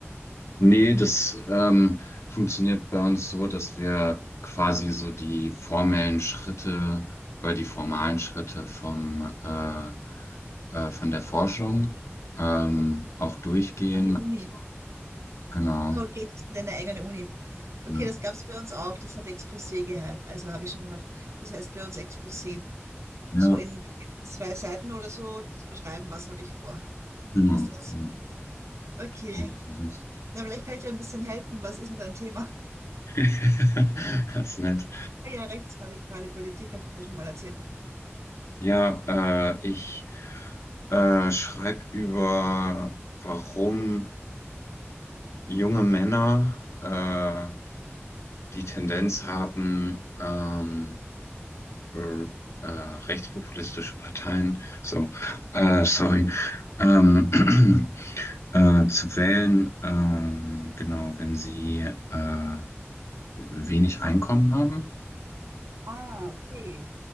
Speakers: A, on the left; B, on the right.
A: nee, das ähm, funktioniert bei uns so, dass wir quasi so die formellen Schritte oder die formalen Schritte vom äh, äh, von der Forschung ähm, auch durchgehen.
B: an die Uni.
A: Also, genau.
B: Cold geht es in deine eigene Uni.
A: Ja,
B: Okay, das gab's bei uns auch. Das hat Exposé gehalten. Also habe ich schon gemacht. Das heißt bei uns Exposé.
A: ja
B: So in zwei Seiten oder so schreiben, was habe ich vor.
A: genau.
B: Ist das es?
A: Ja,
B: Okay.
A: so ist es.
B: Na, vielleicht kann ich dir ein bisschen helfen. Was ist denn dein Thema? <laughs>
A: <laughs> Das ist nett.
B: Ah Ja, rechtsradikale Politik hast du mir schon mal erzählt.
A: Ja, äh, ich äh, schreibe über, warum junge Männer äh, die Tendenz haben, ähm, äh, äh, rechtspopulistische Parteien, so, äh, sorry, ähm, <clears throat> äh, zu wählen, ähm, genau, wenn sie äh, wenig Einkommen haben.
B: Ah, okay.